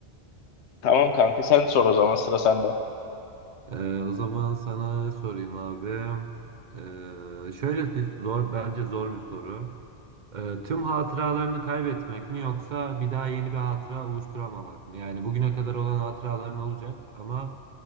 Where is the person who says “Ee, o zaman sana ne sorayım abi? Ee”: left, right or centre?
Right